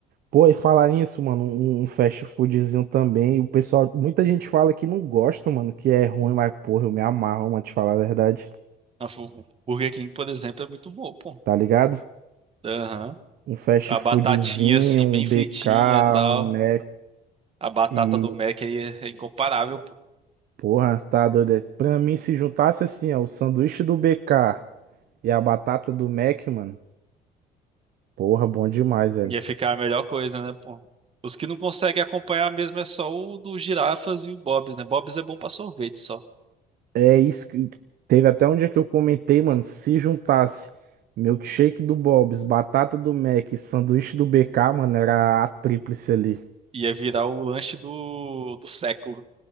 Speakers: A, on the right; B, on the right.
A: Pô, e falar nisso, mano, um, um fast foodzinho também. O pessoal, muita gente fala que não gosta, mano, que é ruim, mas porra, eu me amarro, mano, te falar a verdade.
B: Ah, fo- O Burger King, por exemplo, é muito bom, pô.
A: Tá ligado?
B: Aham.
A: Um fast
B: Com a
A: foodzinho,
B: batatinha assim,
A: um
B: bem
A: BK,
B: fritinha e tal.
A: um Mac
B: A batata
A: e
B: do Mac aí é é incomparável, pô.
A: porra, tá doido. É, Pra mim, se juntasse assim, ó, o sanduíche do BK e a batata do Mac, mano, porra, bom demais, velho.
B: Ia ficar a melhor coisa, né, pô? Os que não conseguem acompanhar mesmo é só o do Girafas e o Bob's, né? Bob's é bom pra sorvete só.
A: É isso que teve até um dia que eu comentei, mano, se juntasse milkshake do Bob's, batata do Mac, e sanduíche do BK, mano, era a tríplice ali.
B: Ia virar o lanche do, do século.